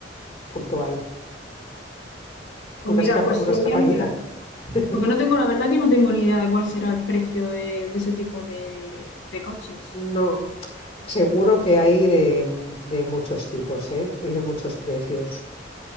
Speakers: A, on the left; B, on the left.
A: puntual,
B: Pues
A: una,
B: mira,
A: escapa-
B: pues
A: una
B: lo
A: escapadita.
B: voy a mirar.
A: <laughs>
B: Porque no tengo, la verdad que no tengo ni idea de cuál será el precio de, de ese tipo de, de coches.
A: No, seguro que hay de, de muchos tipos, ¿eh? Y de muchos precios.